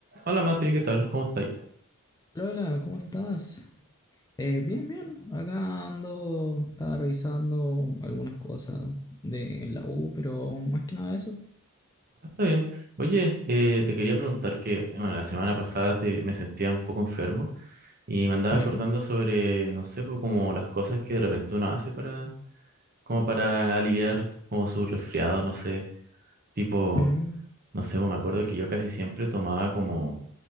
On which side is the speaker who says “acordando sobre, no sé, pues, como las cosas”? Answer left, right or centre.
Right